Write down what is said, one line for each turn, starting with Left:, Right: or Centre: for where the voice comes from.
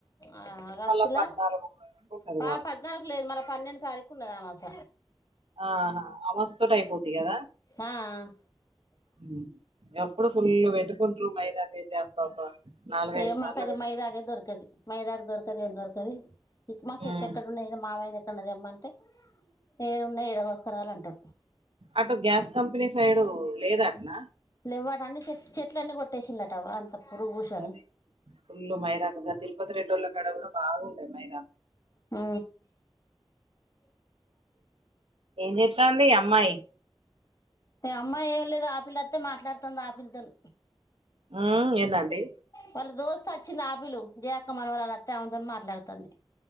Left: ఆ ఆగస్టుల
Right: మళ్ళా పద్నాలుగు వరకు ఉంటది
Left: పా
Right: కావచ్చు
Left: పద్నాలుగు లేదు మళ్ళ పన్నెండు తారీఖు ఉండది అమాస
Right: ఆహా అమాస్య తోటి అయిపోది కదా
Left: ఆ ఆ
Right: <unintelligible> అప్పుడు ఫుల్ పెట్టుకుంట్రు మైదాకయితే అబ్బబ్బ నాలుగైదు
Left: ఏ
Right: సార్లు
Left: మాకది
Right: పెట్టుకున్
Left: మైదాకే దొరకది మైదాకు దొరకది ఏం దొరకది ఇ <unintelligible> మా చెట్లు
Right: ఉమ్.
Left: ఎక్కడ ఉన్నాయని మావయ్యని క్కదెమ్మంటే ఏడున్నాయి ఏడగోస్కరావలి అంటడు
Right: అటు గ్యాస్ కంపెనీ సైడు లేదు అట్న
Left: లేవ్వట అన్ని చె చెట్లన్నీ కొట్టేసిండట <unintelligible> పూసని
Right: అదే ఫుల్లు మైదాకు ఇగ తిరుపతి రెడ్డోళ్ల కాడ కూడ బాగుండేది మైదా
Left: ఊ
Right: ఏం చేస్తాంది అమ్మాయి
Left: అమ్మాయి ఏం లేదు ఆపిల్లొత్తే మాట్లాడుతుంది ఆపిల్లతోన్
Right: ఊ ఏందాంటి
Left: వాళ్ళ దోస్త్ అచ్చింది ఆపిలు జయక్క మనవరాలోత్తే ఆమె తోని మాట్లాడుతుంది